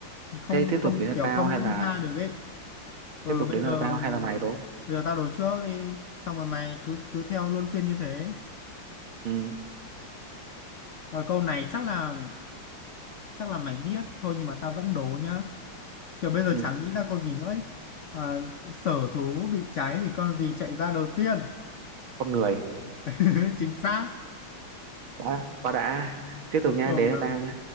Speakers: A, on the left; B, on the right.
A: không
B: thế tiếp
A: không
B: tục đến là
A: kiểu
B: tao
A: không
B: hay
A: nghĩ
B: là
A: ra được ấy ừ
B: tiếp tục
A: bây
B: đến là
A: giờ
B: tao hay là mày đúng không?
A: bây giờ tao đố trước đi xong rồi mày cứ cứ theo luân phiên như thế
B: ừ.
A: ờ, câu này chắc là chắc là mày biết thôi nhưng mà tao vẫn đố nhá kiểu bây giờ
B: Ừ.
A: chẳng nghĩ ra con gì nữa ấy Ờ, sở thú bị cháy thì con gì chạy ra đầu tiên
B: con người
A: <laughs> chính xác
B: quá quá đã tiếp tục nha
A: tưởng
B: đến là
A: là
B: tao nha